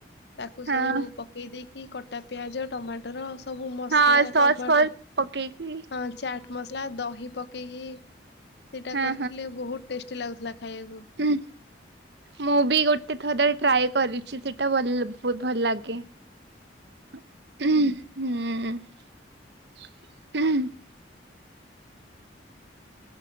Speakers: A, on the left; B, on the right.
A: ତାକୁ
B: ହଁ
A: ସବୁ ପକେଇ ଦେଇକି କଟା ପିଆଜ ଟମାଟୋ ଟର ସବୁ ମସଲା
B: ହଁ ସସ୍
A: ଟମାଟୋ
B: ଫସ୍ ପକେଇକି
A: ହଁ ଚାଟ୍ ମସଲା ଦହି ପକେଇକି ସେଇଟା
B: ହଁ
A: କରି ଟେଷ୍ଟି ଲାଗୁଥିଲା ଖାଇବାକୁ।
B: ହୁଁ। ମୁଁ ବି ଗୋଟେ ଥର ଟ୍ରାଏ କରିଛି ସେଇଟା ଭ ବହୁତ ଭଲ ଲାଗେ। ହଁ ହୁଁ ହୁଁ।